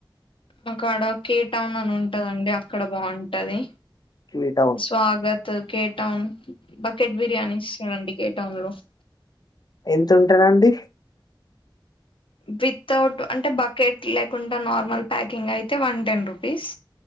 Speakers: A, on the left (about 80°); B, on the left (about 50°).
A: మా కాడా కే టౌన్ అని ఉంటదండి అక్కడ బాగుంటది
B: కివిటౌన్
A: స్వాగత్ కేటౌన్ బకెట్ బిర్యానీ ఇష్టామండి కేటౌన్ లో
B: ఎంత ఉంటదండి
A: వితౌట్ అంటే బకెట్ లేకుండా నార్మల్ ప్యాకింగ్ అయితే వన్ టెన్ రూపీస్